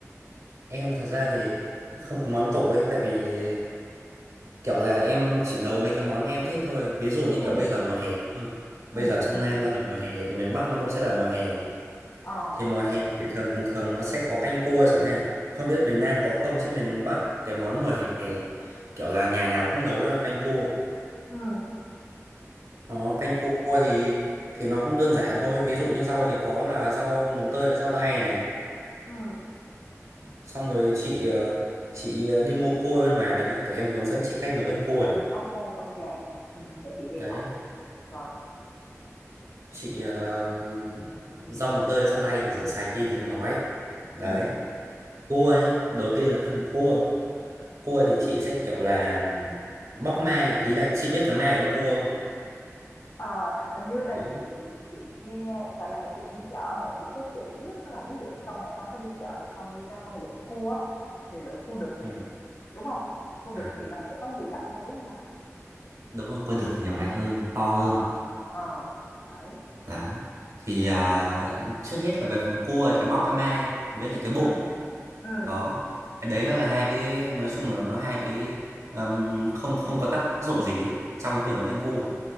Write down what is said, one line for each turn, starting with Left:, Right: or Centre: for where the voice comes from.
Right: em thật ra thì không có món tủ ấy, tại vì kiểu là em chỉ nấu mấy cái món mà em thích thôi. Ví dụ như
Left: ừ
Right: kiểu bây giờ mùa hè, đúng không?
Left: ừ
Right: Bây giờ trong
Left: ừ
Right: Nam nó là mùa hè thì miền Bắc nó cũng sẽ là mùa hè.
Left: ờ
Right: Thì mùa hè thì thường thường thường nó sẽ có canh cua chẳng hạn. Không biết miền Nam có không chứ miền Bắc cái món mùa hè kiểu là nhà nào cũng nấu đó là canh cua.
Left: ừ
Right: Đó, canh cua thì thì nó cũng đơn giản thôi. Ví dụ như rau thì có là rau mùng tơi với rau đay này.
Left: ừ
Right: xong rồi chị ờ, chị ờ, đi mua cua bên ngoài về nhá để em hướng dẫn chị cách nấu canh cua này
Left: ok ok em ừ, để chị
Right: đấy
Left: ghi lại nha. rồi
Right: chị ờ, rau mồng tơi với rau đay thì rửa sạch đi thì không nói đấy
Left: ừ
Right: cua nhá đầu tiên là phần cua cua thì chị sẽ kiểu là bóc mai ý là chị biết cả mai ở con cua không
Left: Ờ, hình như là
Right: Biết.
Left: chị chị chị nghe là mẹ chị đi chợ mẹ chị có chỉ á, có là ví dụ mà sau này con có đi chợ thì con đi ra con lựa cua á, thì lựa cua đực
Right: ừ.
Left: đúng không cua đực
Right: À,
Left: thì nó sẽ có nhiều gạch hơn đúng không nào
Right: đúng rồi cua đực thì nhiều gạch hơn to hơn
Left: ờ ừ, ờ đấy
Right: đấy thì à, trước hết là về phần cua thì bóc cái mai với lại cái bụng
Left: ừ ừ
Right: đó cái đấy nó là hai cái nói chung là nó hai cái um, không không có tác dụng gì ấy. trong cái việc nấu canh cua